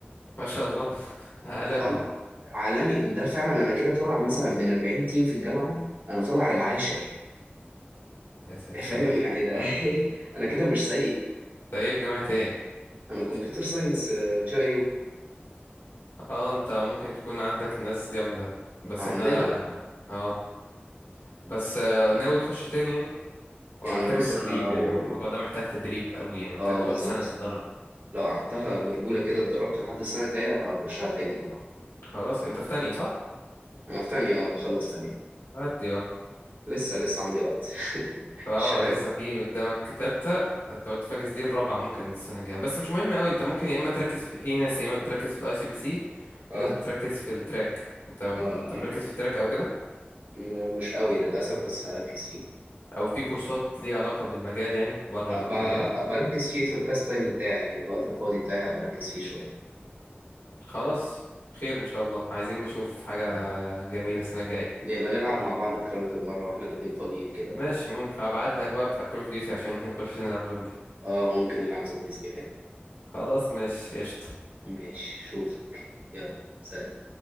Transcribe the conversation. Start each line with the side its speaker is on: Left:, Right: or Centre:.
Left: ما شاء الله <laughs> عالمي
Right: اربع عالمي وده فعلا انا كده طالع مثلا من 40 تيم في الجامعه انا طالع العاشر
Left: يا ساتر
Right: <laughs> فاهم
Left: يا رب
Right: يعني ده
Left: آه.
Right: <laughs>
Left: انت
Right: انا كده مش سيء
Left: ايه في جامعة ايه
Right: انا كمبيوتر ساينس الجايو
Left: اه انت ممكن تكون عندك ناس جامدة بس
Right: عندنا
Left: احنا لا احنا اه بس آه، ناوي تخش تاني يعني
Right: يعني
Left: هو محتاجة
Right: بص
Left: تدريب
Right: انا لو
Left: يعني هو الموضوع ده محتاج تدريب قوي يعني محتاج
Right: اه
Left: تقعد
Right: بالظبط
Left: سنة تتدرب
Right: لو قعدتها برجوله كده اتدربت لحد السنه الجايه هخشها تاني طبعا
Left: خلاص انت في تانية صح؟
Right: انا في تانية آه، بخلص تانية
Left: عدي اه
Right: لسه لسه عندي وقت <laughs>
Left: فاه
Right: شباب
Left: لسه في قدامك تالتة انت قلت فاكس دي الرابعة ممكن السنة الجاية بس مش مهم قوي انت ممكن يا اما تركز في, في ناس يا اما بتركز في الاي سي بي سي
Right: اه
Left: في ناس بتركز في التراك انت انت
Right: اه
Left: مركز
Right: آه.
Left: في التراك او كده
Right: م- مش قوي للأسف بس هركز فيه
Left: او في كورسات ليها علاقة بالمجال يعني بره
Right: هبقى
Left: الكلية
Right: هبقى أركز فيه في الباس تايم بتاعي يعني الوقت الفاضي بتاعي هبقى أركز فيه شوية
Left: خلاص خير ان شاء الله عايزين نشوف حاجة جميلة
Right: آه.
Left: السنة الجاية
Right: نبقى نلعب مع بعض كرانكر مرة واحنا الاتنين فاضيين كده
Left: ماشي ممكن هبعت لك بقى بتاعت كول اوف ديوتي عشان <laughs> نخش نلعب زومبي
Right: اه ممكن نلعب زومبيز كمان
Left: خلاص ماشي قشطة
Right: ماشي شوفك يلا سلام